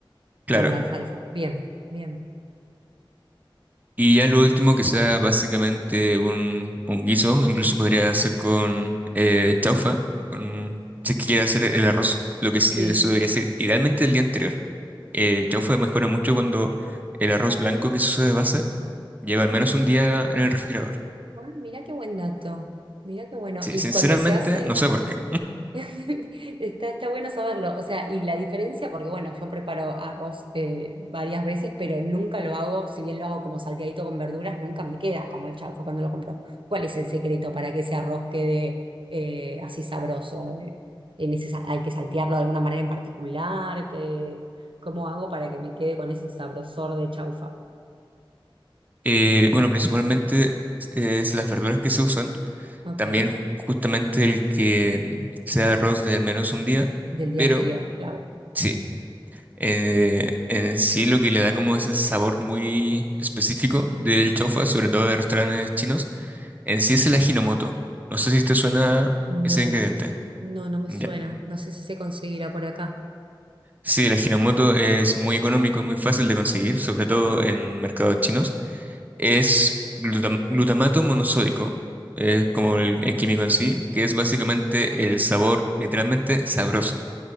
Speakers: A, on the right; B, on the right.
A: Claro.
B: con la salsa. Bien, bien.
A: Y ya lo último que sea básicamente un, un guiso, incluso podría hacer con eh, chaufa, con, si es que quiere hacer el arroz, lo que
B: Sí.
A: sí, eso debería ser idealmente el día anterior. Eh, el chaufa mejora mucho cuando el arroz blanco que se usa de base lleva al menos un día en el refrigerador.
B: Ah, mirá qué buen dato. Mirá qué bueno.
A: Sí,
B: Y
A: sinceramente
B: cuando se hace.
A: no sé por qué.
B: <laughs> Está, está bueno saberlo. O sea, y la diferencia, porque bueno, yo preparo arroz eh, varias veces, pero nunca lo hago, si bien lo hago como salteadito con verduras, nunca me queda como el chaufa cuando lo compro. ¿Cuál es el secreto para que ese arroz quede eh, así sabroso? Eh, en ese sa- ¿hay que saltearlo de alguna manera en particular? ¿Qué- cómo hago para que me quede con ese sabrosor de chaufa?
A: Eh, bueno, principalmente es las verduras que se usan,
B: Ok,
A: también justamente el que sea arroz de al menos un día,
B: del día
A: pero...
B: anterior, clave.
A: sí Eh, en sí lo que le da como ese sabor muy específico del chaufa, sobre todo de restaurantes chinos, en sí es el ajinomoto. No sé si te suena
B: No,
A: ese ingrediente.
B: no, no me
A: Bien,
B: suena. No sé si se conseguirá por acá.
A: Sí, el ajinomoto es muy económico y muy fácil de conseguir, sobre
B: Ok.
A: todo en mercados chinos. Es glutam- glutamato monosódico, es como el, el químico en sí, que es básicamente el sabor literalmente sabroso.